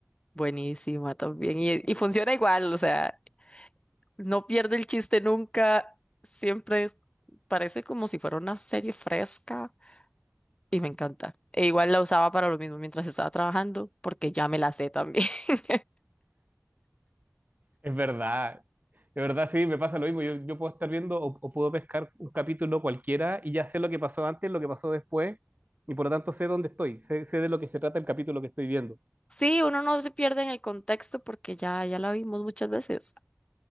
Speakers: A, on the left; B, on the right.
A: Buenísima también. Y, y funciona igual, o sea, no pierde el chiste nunca, siempre es- parece como si fuera una serie fresca y me encanta. E igual la usaba para lo mismo mientras estaba trabajando, porque ya me la sé también. <laughs>
B: Es verdad, de verdad sí, me pasa lo mismo. Yo, yo puedo estar viendo o, o puedo pescar un capítulo cualquiera y ya sé lo que pasó antes, lo que pasó después, y por lo tanto sé dónde estoy, sé, sé de lo que se trata el capítulo que estoy viendo.
A: Sí, uno no se pierde en el contexto porque ya, ya la vimos muchas veces.